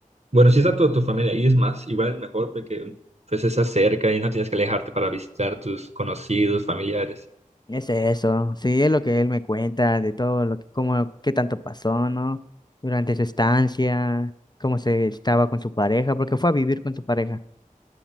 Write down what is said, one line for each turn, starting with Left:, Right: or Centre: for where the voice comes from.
Right: bueno, si está toda tu familia ahí es más, igual es mejor porque pues estás cerca y no tienes que alejarte para visitar tus conocidos, familiares.
Left: Es eso, sí, es lo que él me cuenta, de todo lo que, cómo, qué tanto pasó, ¿no? Durante su estancia, cómo se estaba con su pareja, porque fue a vivir con su pareja.